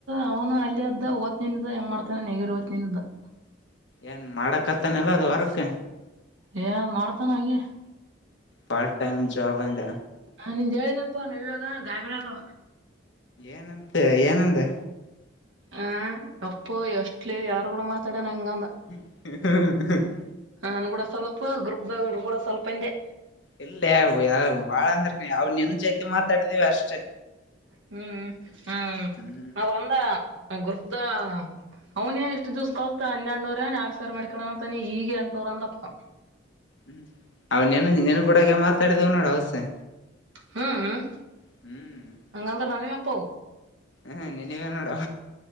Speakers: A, on the right; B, on the left.
A: ಅವ್ನ ಅಲ್ಲೆ ಅದ್ದ <unintelligible> ಹೆಂಗ್ ಮಾಡ್ತಾನೆ <unintelligible>
B: ಏನ್ ಮಾಡಕತ್ತನಲ್ಲ ಅದು ವರ್ಕ್.
A: ಏ ಮಾಡ್ತಾನ ಹಂಗೆ.
B: ಪಾರ್ಟ್ ಟೈಮ ಜಾಬ್ ಅಂದ.
A: ಹ ನಿಂದ್ ಹೇಳ್ದಪ್ಪ ನವ್ಯಾಗ ಗಾಬ್ರಿಯಾದೊ.
B: ಏನಂತೆ ಏನಂದೆ.
A: ಹಾಂ ಅಪ್ಪು ಎಷ್ಟಲೇ ಯಾರ್ ಗುಡ ಮಾತಾಡನ ಹಿಂಗ ಅಂದ.
B: <unintelligible>
A: ಆನ್ ಗುಡ ಸ್ವಲ್ಪ ಗ್ರೂಪ್ದಾಗ್ ಗುಡ ಸ್ವಲ್ಪ ಅಂದೆ.
B: ಇಲ್ಲೇ ಯಾ ಬಾಳ್ ಅಂದರ್ ನಿ ಅವ್ಳ್ ನಿನ್ ಜೊತ್ ಮಾತಾಡಿದ್ವಿ ಅಷ್ಟೇ.
A: ಹ್ಮ್ ಹ್ಮ್ ಹ್ಮ್
B: ಹ್ಮ್
A: ಅ ಒಂದಾ ಗುರ್ತ ಅವನೇ ಇಷ್ಟು ದಿವ್ಸ್ ಕಲ್ತ್ <unintelligible> ನೂರು ಆರ್ಸಾವ್ರ್ ಮಾಡ್ಕಣವಂತ ನೀ ಹೀಗ್ ಎಂಟ್ನೂರು ಅಂದಪ್ಪ.
B: ಹ್ಮ್ ಅವ್ನೆನ್ ನಿನ್ನೇನ್ಗುಡಗೆ ಮಾತಾಡಿದಿವ್ ನೋಡು ಅವ್ಸೆ.
A: ಹ್ಮ್ ಹ್ಮ್.
B: ಹ್ಮ್.
A: ಹಂಗಂಧರ್ ನಾನೇನ್ ಅಪ್ಪೋ.
B: ಹೇ ನಿನಿಗೆ ನೋಡು.